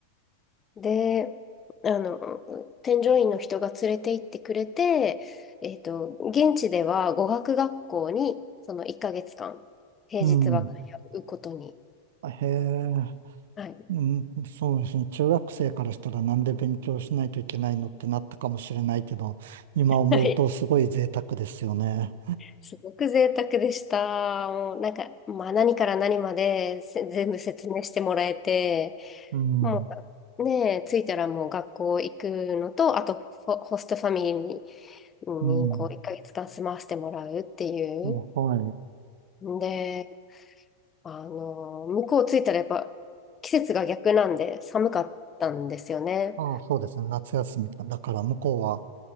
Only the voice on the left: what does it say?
で、あの、添乗員の人が連れて行ってくれて、えっと、現地では語学学校にその1ヶ月間、平日は通うことに、
はい、
<laughs> すごく贅沢でした。もうなんか、まあ何から何までせ全部説明してもらえて、
もうねえ、着いたらもう学校行くのと、あとホ、ホストファミリーに、に
こう1ヶ月間住まわせてもらうっていう。
で、あの、向こう着いたらやっぱ季節が逆なんで寒かったんですよね。